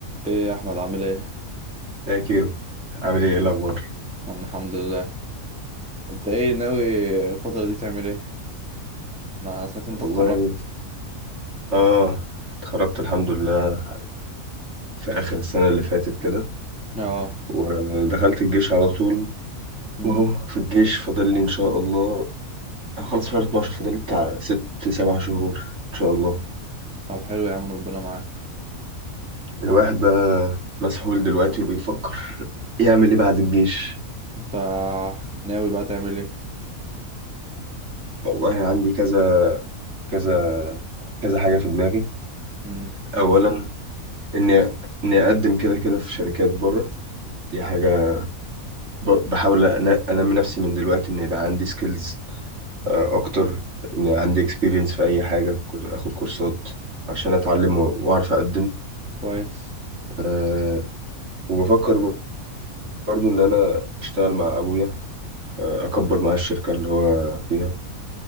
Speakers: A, in the centre; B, on the right (about 50°).
A: ايه يا احمد عامل ايه
B: يا كيرو عامل ايه إيه الاخبار
A: انا الحمد لله انت ايه ناوي الفتره دي تعمل ايه انا سمعت إن
B: والله
A: انت اتخرجت
B: اه اتخرجت الحمد لله في اخر السنه اللي فاتت كده
A: اه
B: ودخلت الجيش على طول
A: امم
B: واهو في الجيش فاضل لي ان شاء الله هخلص شهر 12 فاضل لي بتاع ست سبع شهور ان شاء الله
A: طب حلو يا عم ربنا معاك
B: الواحد
A: طب
B: بقى مسحول دلوقتي وبيفكر يعمل ايه بعد الجيش
A: انت ناوي بقى تعمل ايه
B: والله عندي كذا كذا كذا حاجه في دماغي
A: امم
B: اولا اني اني اقدم كده كده في شركات بره دي حاجه ب- بحاول أنا- انمي نفسي من دلوقتي ان يبقى عندي سكيلز اكتر ان عندي اكسبيرينس في اي حاجه كل- اخد كورسات عشان اتعلم و- واعرف اقدم
A: كويس
B: آه، وبفكر ب- برضو ان انا اشتغل مع ابويا آه، اكبر معاه الشركه اللي هو فيها